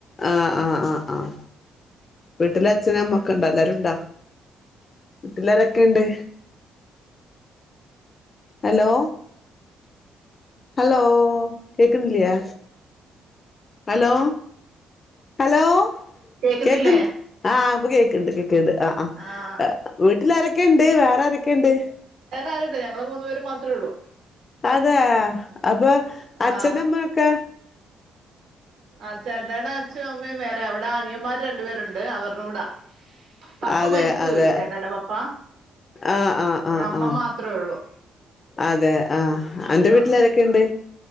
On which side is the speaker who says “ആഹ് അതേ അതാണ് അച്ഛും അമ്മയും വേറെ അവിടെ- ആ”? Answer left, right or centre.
Right